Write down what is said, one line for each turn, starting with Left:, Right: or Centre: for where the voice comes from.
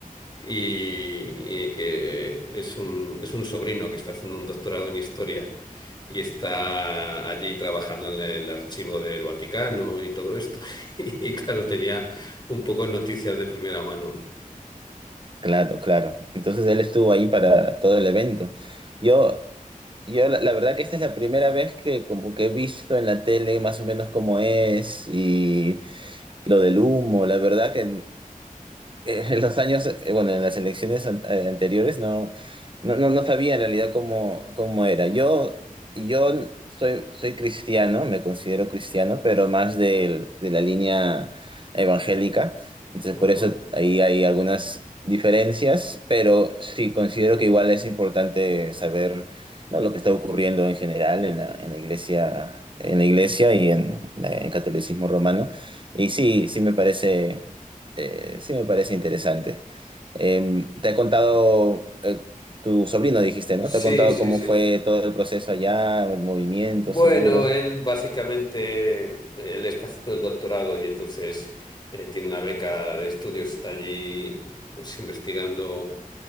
Left: y, y que es un, es un sobrino que está haciendo un doctorado en historia y está allí trabajando en el archivo del Vaticano y todo esto. <laughs> Y claro, tenía un poco noticias de primera mano.
Right: claro, claro. Entonces él estuvo ahí para todo el evento. Yo, yo la, la verdad que esta es la primera vez que como que he visto en la tele más o menos cómo es y lo del humo. La verdad que eh, en los años, eh, bueno, en las elecciones an- eh, anteriores no, no, no, no sabía en realidad cómo, cómo era. Yo, yo soy, soy cristiano, me considero cristiano, pero más del- de la línea evangélica. Entonces,
Left: Ajá.
Right: por eso ahí hay algunas diferencias, pero sí considero que igual es importante saber, ¿no? lo que está ocurriendo en general en la, en la iglesia, en la iglesia y en la- en el catolicismo romano. Y sí, sí me parece eh, sí me parece interesante. Em, te ha contado, eh, tu sobrino dijiste, ¿no?
Left: Sí,
Right: Te ha contado
Left: sí,
Right: cómo
Left: sí.
Right: fue todo el proceso allá, el movimiento,
Left: Bueno,
Right: seguro.
Left: él básicamente, él está haciendo el doctorado y entonces eh, tiene una beca de estudios, está allí pues investigando.